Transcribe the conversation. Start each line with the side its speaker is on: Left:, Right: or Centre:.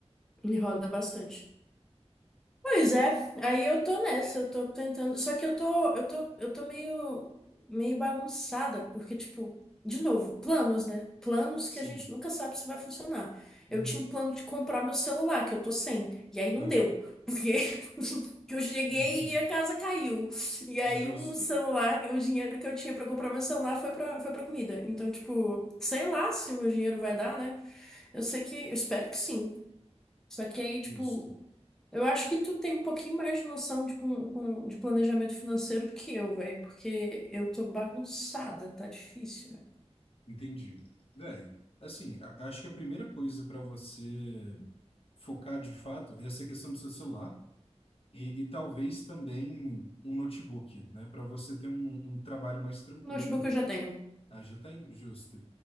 Centre: me roda bastante. Pois é, aí eu tô nessa, eu tô tentando, só que eu tô, eu tô, eu tô meio, meio bagunçada, porque, tipo, de novo, planos, né? Planos
Left: Sim.
Centre: que a gente nunca sabe se vai funcionar.
Left: Uhum.
Centre: Eu tinha um plano de comprar meu celular, que eu tô sem, e aí não
Left: Aham.
Centre: deu, porque <laughs> que eu cheguei
Left: <laughs>
Centre: e a casa caiu. E aí
Left: Justo.
Centre: o celular, o dinheiro que eu tinha pra comprar meu celular foi pra, foi pra comida. Então, tipo, sei lá se o meu dinheiro vai dar, né? Eu sei que, eu espero que sim. Só que aí,
Left: Justo.
Centre: tipo, eu acho que tu tem um pouquinho mais de noção de, com- com- de planejamento financeiro do que eu, velho, porque eu tô bagunçada, tá difícil, velho.
Left: Entendi. Véi, assim, a- acho que a primeira coisa para você focar de fato é essa questão do seu celular e, e talvez também um notebook, né? Para você ter um, um trabalho mais tranquilo
Centre: Notebook eu já tenho.
Left: ah, já está injusto.